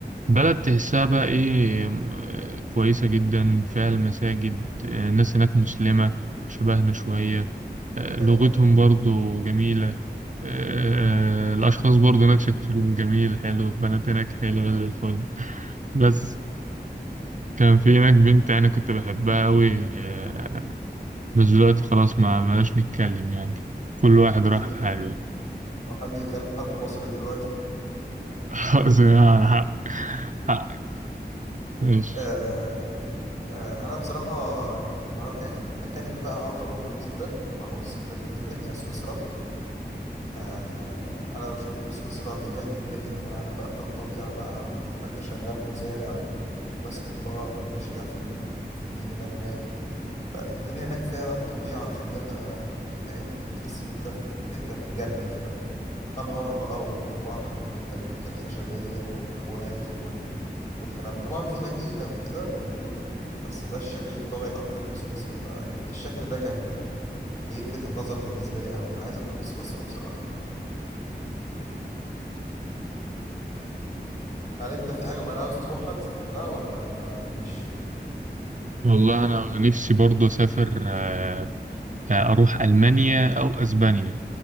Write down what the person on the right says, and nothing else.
بلد تحسها بقى ايه آه، كويسة جدا فيها المساجد آه، الناس هناك مسلمة شبهنا شوية آه، لغتهم
برضو جميلة آه، آه، الأشخاص برضو هناك شكلهم جميل حلو البنات هناك حلوة زي الفل بس كان في هناك بنت أنا كنت بحبها أوي آه، بس دلوقتي خلاص ما بلاش نتكلم يعني كل واحد
راح
في حاله
<laughs> خلاص يعني حق حقك ماشي
والله أنا نفسي برضه أسافر آه، آه، أروح ألمانيا أو أسبانيا